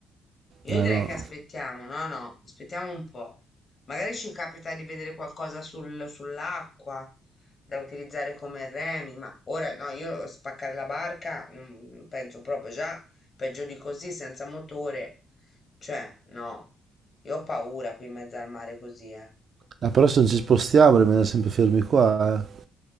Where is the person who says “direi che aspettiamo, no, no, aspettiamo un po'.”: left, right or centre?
Left